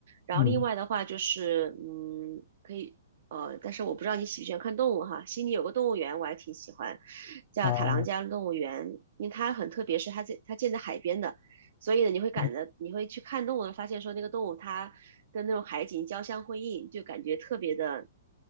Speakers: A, on the right; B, on the left.
A: 然后另外的话就是，
B: 嗯，
A: 嗯，可以。呃，但是我不知道你喜不喜欢看动物哈。悉尼有个动物园，我还挺喜欢，叫塔朗加动物园，
B: 好
A: 因为它很特别，是它建它建在海边的，所以呢，你会感觉你会去看动物，
B: 嗯
A: 发现说那个动物它跟那种海景交相辉映，就感觉特别的